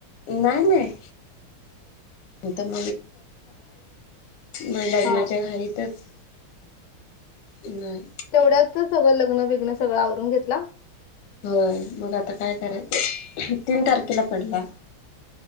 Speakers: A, on the left; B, on the left.
A: नाही नाही <unintelligible> म लग्नाच्या
B: हा
A: घईतच नाही.
B: तेवढ्याच सगळं लग्न विघ्न सगळं आवरून घेतला.
A: होय मग आता काय कराय तीन तारखेला पडला.